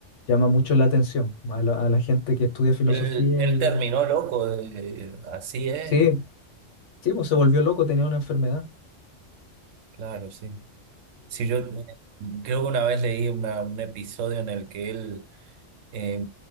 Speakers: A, on the left (about 70°); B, on the right (about 80°).
A: llama mucho la atención a la, a la gente que estudia filosofía
B: Él, él
A: y...
B: terminó loco, de- así es.
A: Sí, sí, pues se volvió loco, tenía una enfermedad.
B: Claro, sí. Sí, yo eh, creo que una vez leí una- un episodio en el que él Eh,